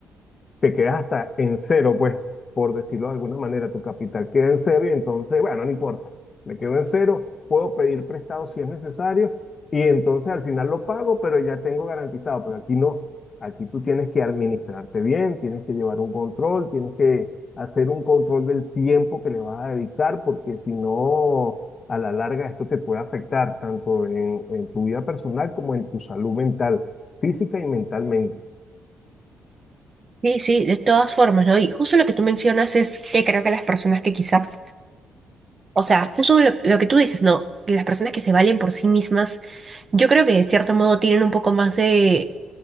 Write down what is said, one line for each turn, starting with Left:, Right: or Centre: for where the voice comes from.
Left: te quedas hasta en cero, pues, por decirlo de alguna manera, tu capital queda en cero y entonces, bueno, no importa, me quedo en cero, puedo pedir prestado si es necesario y entonces al final lo pago, pero ya tengo garantizado, pero aquí no, aquí tú tienes que administrarte bien, tienes que llevar un control, tienes que hacer un control del tiempo que le vas a dedicar, porque si no, a la larga esto te puede afectar tanto en, en tu vida personal como en tu salud mental, física y mentalmente.
Right: Sí, sí, de todas formas, ¿no? Y justo lo que tú mencionas es que creo que las personas que quizás, o sea, justo lo, lo que tú dices, ¿no? Que Las personas que se valen por sí mismas, yo creo que de cierto modo tienen un poco más de